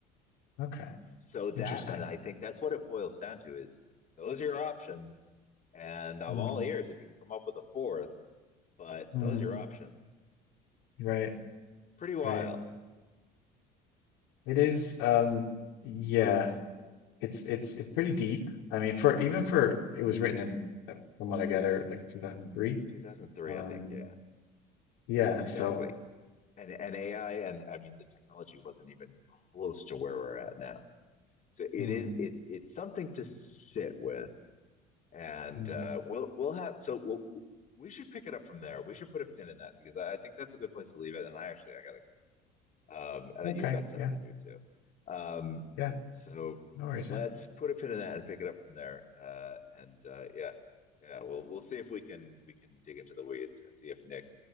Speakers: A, on the left (about 75°); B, on the left (about 40°).
A: Okay,
B: So that,
A: interesting.
B: and I think that's what it boils down to is those are your options. And I'm
A: Mm,
B: all ears if you can come up with a fourth, but
A: mm,
B: those are your options.
A: Right,
B: Pretty wild.
A: right. It is. Um, yeah. it's it's it's pretty deep. I mean, for even for it was written in uh, from what I gather, like 2003.
B: 2003,
A: Um,
B: I think. Yeah.
A: yeah.
B: Yeah, exactly.
A: So,
B: And, and AI, and I mean, the technology wasn't even close to where we're at now. So it
A: mm,
B: is, it, it's something to sit with. And
A: mm.
B: uh, we'll, we'll have, so we'll, we should pick it up from there. We should put a pin in that because I, I think that's a good place to leave it. And I actually, I got to go. Um, and
A: okay.
B: you've got stuff
A: Yeah.
B: to do too. Um,
A: Yeah.
B: so
A: No worries,
B: let's
A: man.
B: put a pin in that and pick it up from there. Uh, and uh, yeah, yeah, we'll we'll see if we can we can dig into the weeds and see if Nick